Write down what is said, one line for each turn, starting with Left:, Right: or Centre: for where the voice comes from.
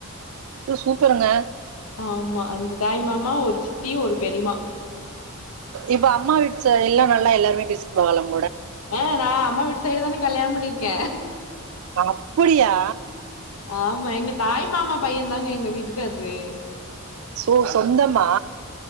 Right: ஒ சூப்பருங்க
Left: ஆமா அஞ்சு தாய் மாமா ஒரு சித்தி ஒரு பெரிமா
Right: இப்ப அம்மா வீட்டு <unintelligible> நல்லா எல்லார பேசிக்கி <unintelligible>
Left: ஆ நா அம்மா விட்டு சைடு தானே கல்யாண பண்ணிருக்கே
Right: அப்டியா
Left: ஆமா எங்க தாய் மாமா பைய தாங்க எங்க வீட் <unintelligible>
Right: சோ சொந்தமா